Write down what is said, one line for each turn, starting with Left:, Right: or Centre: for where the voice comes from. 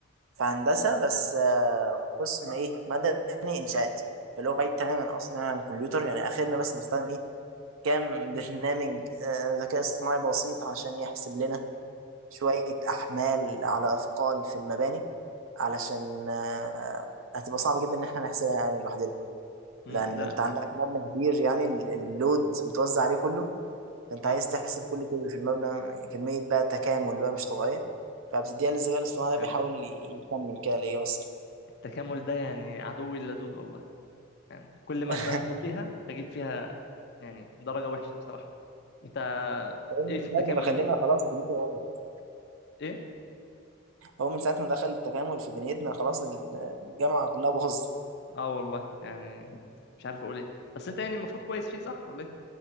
Right: في هندسة بس آه، قسم إيه مدني إنشاءات اللي هو بعيد تماما أصلا عن الكمبيوتر يعني آخرنا بس بنستخدم إيه كام برنامج آه، ذكاء اصطناعي بسيط عشان يحسب لنا شوية أحمال على أثقال في المباني علشان آه، هتبقى صعب جدا إن إحنا نحسبها يعني لوحدنا
Left: امم
Right: لأن
Left: ده
Right: أنت عندك مبنى كبير يعني ال- اللود متوزع عليه كله فأنت
Left: امم
Right: عايز تحسب كل كبر في المبنى كمية بقى تكامل بقى مش طبيعية فبتديها للذكاء الاصطناعي ده
Left: يعني
Right: بيحاول يكمل كده الإجابة الصح
Left: التكامل ده يعني عدوي اللدود والله يعني كل مادة
Right: <laughs>
Left: اخده فيها اجيب فيها يعني درجة وحشة بصراحة انت
Right: هو من
Left: ايه في التكامل
Right: ساعة ما دخلنا خلاص دنيتنا باظت.
Left: ايه
Right: هو من ساعة ما دخل التكامل في دنيتنا خلاص ال- الجامعة كلها باظت
Left: اه والله يعني مش عارف اقول ايه بس انت يعني المفروض كويس فيه صح ولا ايه